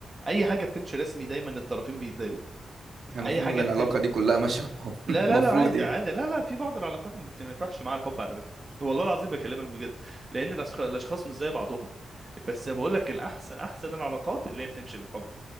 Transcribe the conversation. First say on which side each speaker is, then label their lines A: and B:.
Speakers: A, on the right; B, on the right.
A: اي حاجه بتمشي رسمي دايما الطرفين بيتضايقوا
B: يعني المفروض
A: اي حاجه
B: ان العلاقه
A: بتم
B: دي كلها ماشيه مع بعض.
A: لا
B: <laughs>
A: لا
B: المفروض
A: لا عادي
B: يعني
A: عادي لا لا في بعض العلاقات ما بت- ما ينفعش معاها الحب على فكره والله العظيم بكلمك بجد لان الأشخ- الاشخاص مش زي بعضهم بس انا بقول لك الاحسن احسن العلاقات اللي هي بتمشي بالحب